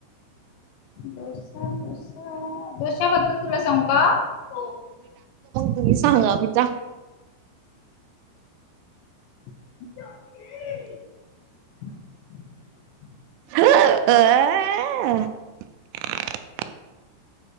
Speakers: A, on the left (about 75°); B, on the right (about 85°).
A: दोसा दोसा दोशबद्दल तुला सांग कात
B: तुम्हीांगा अमिता
A: ज
B: आ